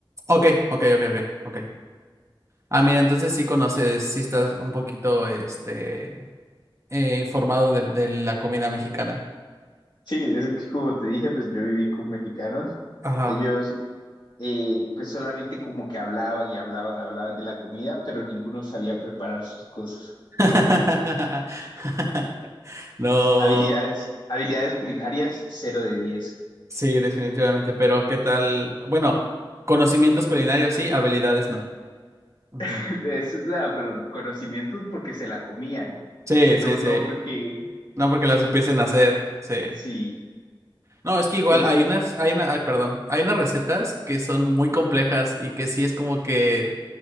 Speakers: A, on the right; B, on the left.
A: Ok, ok, ok, ok, ok. Ah, mira, entonces sí conoces, sí estás un poquito, este, eh, informado de, de la comida mexicana.
B: Sí, es que como te dije, pues yo viví con mexicanos.
A: Ajá.
B: Ellos eh, pues solamente como que hablaban y hablaban, hablaban de la comida, pero ninguno sabía preparar sus cosas.
A: <laughs> No,
B: Habilidades, habilidades culinarias, cero de diez
A: sí, definitivamente, pero ¿qué tal? Bueno, conocimientos culinarios sí, habilidades no. Ujú.
B: <laughs> Eso es nada, pero conocimientos porque se la comían,
A: Sí,
B: no,
A: sí, sí.
B: no porque
A: No porque las supiesen hacer. Sí.
B: sí.
A: No, es que igual
B: Entonces,
A: hay unas, hay una, ay, perdón, hay unas recetas que son muy complejas y que sí es como que